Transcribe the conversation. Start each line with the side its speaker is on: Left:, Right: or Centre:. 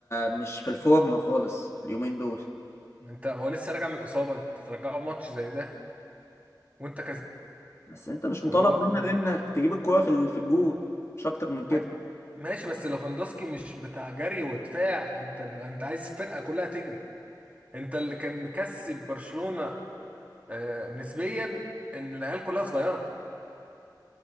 Left: مش في الفورمه خالص اليومين دول
Right: انت هو لسه راجع من الاصابة انت ترجعه في ماتش زي ده وانت
Left: بس انت مش مطالب
Right: كسبان
Left: منك غير انك تجيب الكوره في ال- في الجول مش اكتر من كده
Right: ع- ماشي بس ليفاندوسكي مش بتاع جري ودفاع انت ال- انت عايز الفرقه كلها تجري انت اللي كان مكسب برشلونه آه، نسبيا ان العيال كلها صغيره